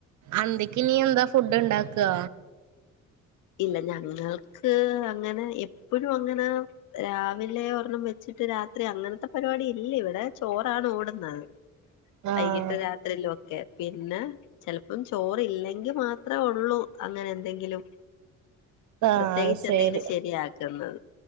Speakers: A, on the right; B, on the left.
A: അന്തിക്കിനിയെന്താ ഫുഡ്ഡെണ്ടാക്കാ
B: ഇല്ല ഞങ്ങൾക്ക് അങ്ങനെ എപ്പഴും അങ്ങനാ രാവിലെ ഒരെണം വെച്ചിട്ട് രാത്രി അങ്ങനത്തെ പരിപാടി ഇല്ല ഇവിടെ ചോറാണ് ഓടുന്നത്.
A: <inaudible> ആഹ്
B: അയ്യിട്ട് രാത്രിലോ കെ പിന്നെ ചെൽപ്പം ചോറില്ലെങ്കിൽ മാത്രഉള്ളൂ അങ്ങനെ എന്തെങ്കിലും
A: ആഹ്
B: പ്രത്യേകിച്ച്
A: ശരി
B: എന്തെങ്കിലും ശരിയാക്ക്ന്നത്.